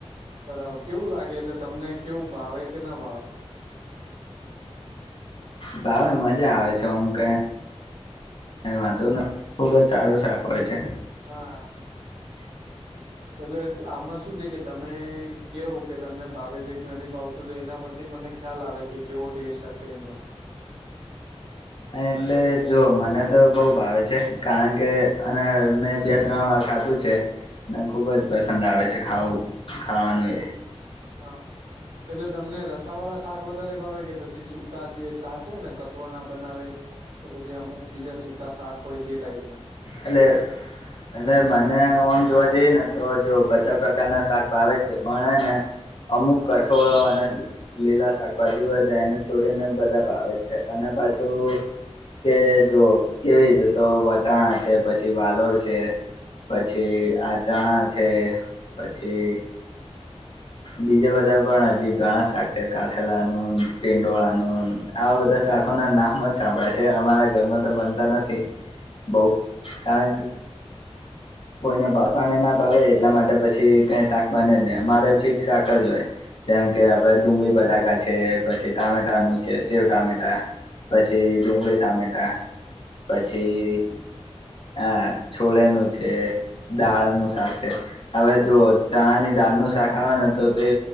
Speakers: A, on the right (about 75°); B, on the left (about 55°).
A: બરાબર કેવુ લાગે એટલે તમને કેવુ ભાવે કે ના ભાવે?
B: ભાવે મજા આવે છે ઓમ કઈ કઈ વાંધો નથ ખુબ જ સારું શાક હોય છે.
A: હાઅ
B: <inaudible>
A: એટલે આમાં શું છે કે તમે કેવો કે તમને ભાવે છેકે નથી ભાવતું તો એના પરથી મને ખ્યાલ આવે કે કેવો ટેસ્ટ હશે એનો
B: હ એટલે જો મને તો બઉ ભાવે છે. કારણ કે અને મેં બે ત્રણ વાર ખાધું છે. અને ખુબ જ પસંદ આવે છે ખાવું ખાવાનું એ.
A: હા એટલે તમને રસા વાળા શાક વધારે ભાવે કે પછી સુકા જે શાક હોય ને કઠોળ ના બનાવે. તો પછી અમુક બીજા સૂકા શાક હોય તે ટાઈપ ના.
B: એટલે એટલે મને ઓમ જોવા જઈએ ને તો જો બધા પ્રકારના શાક ભાવે જ છે પણ હેને અમુક કઠોળો અને લીલા શાકભાજી હોય તો એને છોડીને બધા ભાવે છે અને પાછું કે જો કેવી છે તો વટાણા છે પછી વાલોર છે પછી આ ચણા છે પછી બીજા બધા પણ હજી ઘણા શાક છે કાળેલાનુંન ટીંડોળાનુંન આવા બધા સાકો ના નામ જ સાંભળાય છે અમારા ઘરમાં તો બનતા નથી બહુ. કારણ કે. કોઈને ભાવતાનેના ભાવે એટલા માટે પછી કઈ શાક બને જ નહી અમારે ફિક્સ શાક જ હોય. જેમ કે આપડે ડુંગળી બટાકા છે. પછી ટામેટા નું છે. સેવ ટામેટા. પછી ડુંગળી ટામેટા. પછી
A: હમ.
B: આ છોલેેનું છે. દાળનું શાક છે હવે જો ચણાની દાળનું શાક આવે ને તો તે.